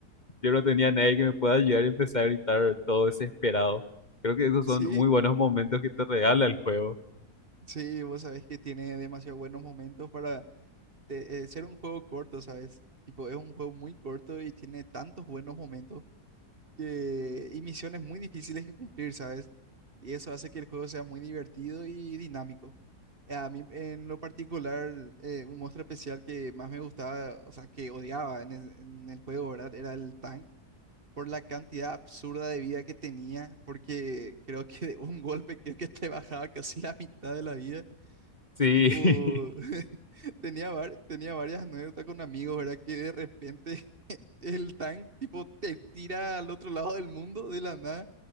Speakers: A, on the left (about 30°); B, on the right (about 40°).
A: yo no tenía nadie que me pueda ayudar y empecé a gritar todo desesperado. Creo que esos
B: Sí,
A: son muy buenos momentos que te regala el juego.
B: sí, vos sabés que tiene demasiado buenos momentos para eh, eh, ser un juego corto, ¿sabes? Tipo, es un juego muy corto y tiene tantos buenos momentos que, y misiones muy difíciles que cumplir, ¿sabes? Y eso hace que el juego sea muy divertido y dinámico. A mí en lo particular, eh, un monstruo especial que más me gustaba, o sea, que odiaba en el, en el juego, ¿verdad? Era el tank, por la cantidad absurda de vida que tenía, porque creo <laughs> que de un golpe creo que te bajaba casi la mitad de la vida.
A: Sí,
B: Y tipo,
A: <laughs>
B: <laughs> tenía, var- tenía varias anécdotas con amigos, ¿verdad? Que de repente <laughs> el tank, tipo, te tira al otro lado del mundo de la nada.